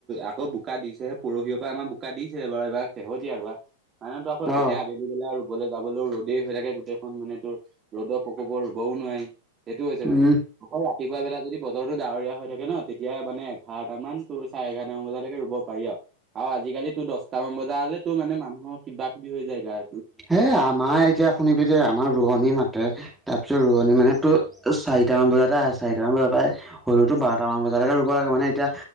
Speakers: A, on the right; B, in the centre.
A: আকৌ বোকা দিছেহে, পৰহি পৰা আমাৰ বোকা দিছে বাৰু এইবাৰ শেহতীয়া ৰোৱা। মানেতো আকৌ
B: অ
A: এতিয়া, আবেলি বেলা ৰোবলৈ যাব। ৰোৱলেও ৰ'দেই হৈ থাকে। গোটেই খন মানে তোৰ ৰ'দৰ প্ৰকোপত ৰোৱও নোৱাৰি। সেইটো হৈছে
B: উম
A: মানে। অকল ৰাতিপুৱা বেলা যদি বতৰটো ডাৱৰীয়া হৈ থাকে ন তেতিয়া মানে, এঘাৰটাম মান তোৰ চাৰে এঘাৰটামান বজালৈকে ৰোৱ পাৰি আৰু, আৰু আজিকালি তোৰ দহটামান বজা হ'লে তো মানে মানুহৰ কিবা কিবি হৈ যায় গাৰ
B: হে, আমাৰ এতিয়া শুনিবি দে, আমাৰ ৰোৱনি মাতে। তাৰপিছত ৰোৱনি মানে তোৰ চাৰিটামান বজাতে আহে, চাৰিটামান বজাৰ পৰাই হ'লেওতো বাৰটা মান বজালৈকে ৰুব লাগে, মানে এতিয়া